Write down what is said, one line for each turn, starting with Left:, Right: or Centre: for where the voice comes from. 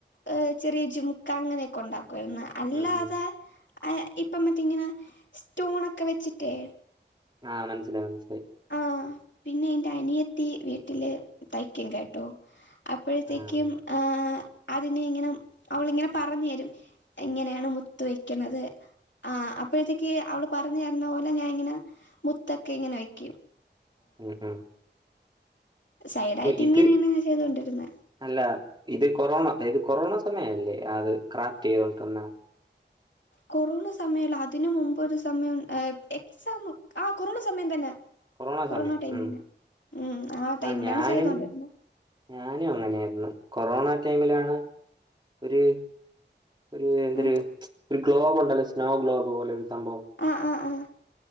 Left: ഏഹ് ചെറിയജുമുക്ക അങ്ങനെയൊക്കെ ഉണ്ടാക്കൊയിരുന്നു അല്ലാതെ
Right: ഉം ഉം.
Left: ഇപ്പംമറ്റെഇങ്ങനെ സ്റ്റോണൊക്കെവെച്ചിട്ടേ
Right: ആഹ് മൻസ്സിലായി മൻസ്സിലായി
Left: ആഹ് പിന്നേയ് എന്റെഅനിയത്തി വീട്ടില് തയ്ക്ക്യുംകേട്ടോ അപ്പഴത്തേക്കും
Right: ആഹ്
Left: ആഹ് അതിനെഇങ്ങനെ അവളിങ്ങനെപറഞ്ഞരും എങ്ങനേണ് മുത്ത് വെക്കണത് ആ അപ്പോഴത്തേക്ക് അവള് പറഞ്ഞര്ണപോലെ ഞാഇങ്ങനെ മുത്തൊക്കെഇങ്ങനെവെക്ക്യും
Right: അഹ്ആഹ്
Left: സൈഡായിട്ട്ങ്ങനേണ്
Right: ഇത്
Left: ചെയ്തോണ്ടിരുന്നെ
Right: അല്ല ഇത്കൊറോണ ഇത്കൊറോണ സമയല്ലേ അത്ക്രാഫ്റ്റ്ചെയ്തോണ്ട്ന്ന
Left: കൊറോണസമയല്ല അതിന് മുമ്പോരു സമയം എക്സാംമൊക്ക ആ കൊറോണസമയംതന്നെ
Right: കൊറോണ
Left: കൊറോണടൈമില്ലെന്നേ
Right: സമയം. ഉം.
Left: ഉം ആ ടൈമിലാണ്
Right: ആഹ് ഞാനും
Left: ചെയ്തോണ്ടിരുന്നു
Right: ഞാനും അങ്ങനെയായിരുന്നു കൊറോണ ടൈമിലാണ് ഒര് ഒരു എന്തര്
Left: ആഹ്
Right: ഒര് ഗ്ലോബുണ്ടല്ലേ സ്നോഗ്ലോബ്പോലെ ഒരുസംഭവം
Left: ആഹ് ആഹ് അഹ്